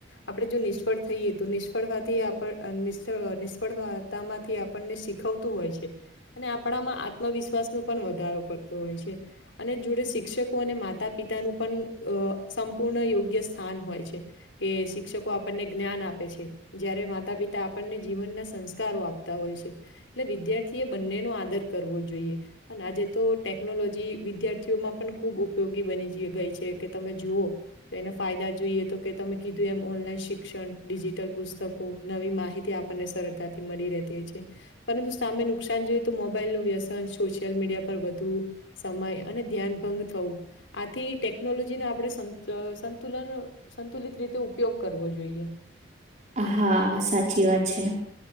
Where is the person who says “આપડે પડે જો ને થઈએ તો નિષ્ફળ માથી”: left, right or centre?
Left